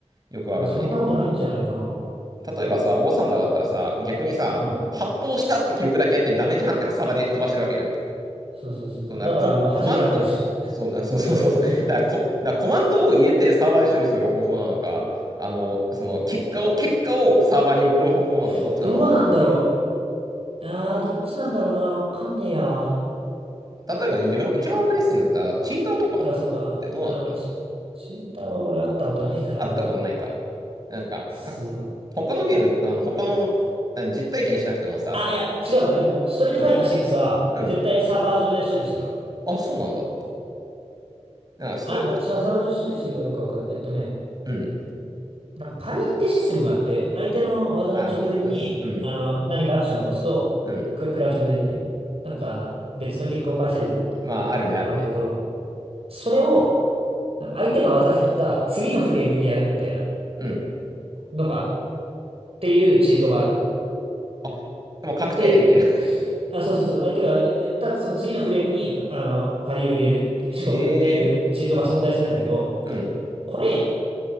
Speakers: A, on the right; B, on the right.
A: よくわかんないけ
B: あ、そんなことないんじゃないかな。
A: ど。例えばさ、ウォーサンダーだったらさ、逆にさ、
B: うん。
A: 発砲したって記録だけやってダメージ判定はサバで飛ばしてるわけじゃん。
B: そうそうそうそう。
A: そうな、
B: だから、
A: コ、
B: あの、弾かれてるし。
A: コマンド、そうな、<laughs> そうそうそうそう。だからコ、だからコマンドを入れてサーバーで処理する方法なのか、あの、その結果を、結果をサーバーに送る方法なのか、
B: <laughs>
A: どっちなのか
B: どうなんだろう。ああ、どっちなんだろうな。わかんねえや。
A: な。例えばにじゅう、一番わかりやすいんだったら、チーターとかってどうなってんの
B: てか、そうか。あー、まあ、チ、チーターは俺会ったことないからな。
A: あったことないか。なんか、
B: そう。
A: か、他のゲーム、あの、他の、あの実体験しなくてもさ、
B: あ、いや、違うわ。でも、ストリートファイター6は、
A: うん、うん、
B: 絶対サーバー上で処理してるわ。
A: あ、そうなんだ。なんかストローク、
B: あ、まあ、サーバー上で処理してるかどうかわかんない。えっとね、
A: うん、
B: なんかパリってシステムがあって、相手の技の直前に、
A: あの、うすうん、
B: あの、何かアクションを起こすと、
A: うん、
B: く食らう直前にね、なんかあの、別の結果を返せるっ
A: まあ、あるね、
B: ていうのがあるんだけど、
A: あるね。
B: それを、なんか相手が技振った次のフレームにやるみたいな
A: うん。
B: のが、っていうチートがあるの。
A: あ、もう確定でみたいな。
B: で、あ、そうそうそう、相手がやったその次のフレームに、あの、パリを入れるって、
A: <laughs> へ
B: 仕込むっていうチートが存在するんだけど、
A: え。うん。
B: これ、